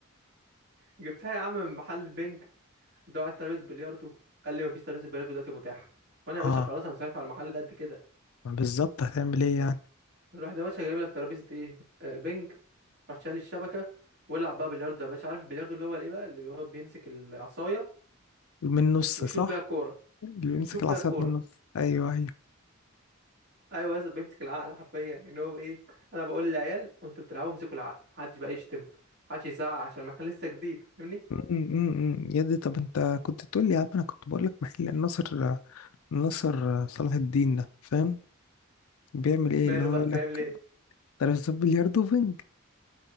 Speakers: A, on the right; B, on the left.
A: جبتها يا عم من محل البنج قلت له عايز ترابيزه بلياردو قال لي مفيش ترابيزه بلياردو دلوقتي متاحه وانا يا باشا
B: اه
A: خلاص هنصرف على المحل ده قد كده
B: ما بالظبط هتعمل ايه يعني
A: الواحد يا باشا جايب لك ترابيزه ايه آه بنج راح شايل الشبكه ويلعب بقى بلياردو يا باشا عارف البلياردو اللي هو الايه بقى اللي هو بيمسك العصايه
B: من النص
A: ويشوط
B: صح
A: بيها الكوره
B: اللي بيمسك
A: ويشوط بيها
B: العصاية
A: الكوره
B: من النص أيوه أيوه
A: ايوه بس بيمسك العقل حرفيا ان هو ايه انا بقول للعيال وانتوا بتلعبوا امسكوا العقل محدش بقى يشتم محدش يزعق عشان المكان لسه جديد فاهمني
B: امم يا دي طب انت كنت تقول لي يا عم انا كنت بقول لك محل الناصر الناصر صلاح الدين ده فاهم بيعمل ايه
A: ماله
B: اللي هو
A: بقى
B: يقول
A: بيعمل
B: لك
A: ايه
B: ترابيزات بلياردو وبنج